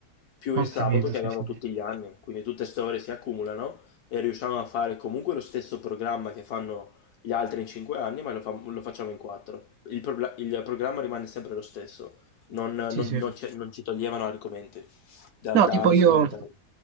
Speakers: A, on the left; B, on the right.
A: più
B: Ho
A: il
B: capito,
A: sabato che
B: sì,
A: avevamo
B: sì.
A: tutti gli anni, quindi tutte queste ore si accumulano e riusciamo a fare comunque lo stesso programma che fanno gli altri in 5 anni, ma lo, fa- lo facciamo in 4. Il, probla- il programma rimane sempre lo stesso, non, non-
B: Sì, sì.
A: non ci non ci toglievano argomenti da,
B: No,
A: da
B: tipo
A: nessuna
B: io,
A: materia.